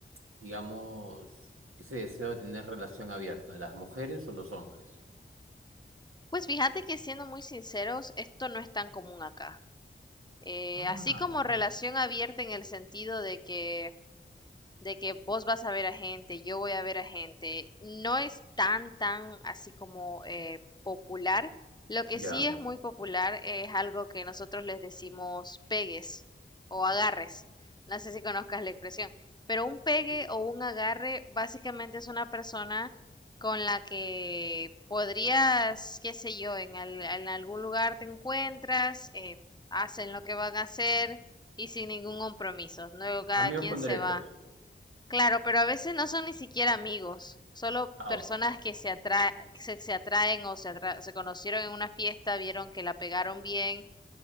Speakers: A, on the right; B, on the left.
A: digamos, ese deseo de tener relación abierta, las mujeres o los hombres?
B: Pues fíjate que siendo muy sinceros, esto no es tan común acá. Eh,
A: Ah,
B: así como
A: bien.
B: relación abierta en el sentido de que de que vos vas a ver a gente, yo voy a ver a gente, no es tan, tan así como eh, popular. Lo que
A: ya.
B: sí es muy popular es algo que nosotros les decimos pegues o agarres. No sé si conozcas la expresión, pero un pegue
A: Sí.
B: o un agarre básicamente es una persona con la que podrías, qué sé yo, en, al- en algún lugar te encuentras, eh, hacen lo que van a hacer y sin ningún compromiso. Luego cada
A: Amigos
B: quien
A: con
B: se
A: derechos.
B: va Claro, pero a veces no son ni siquiera amigos, solo
A: Ah,
B: personas
A: ok.
B: que se atra- se, se atraen o se, atra- se conocieron en una fiesta, vieron que la pegaron bien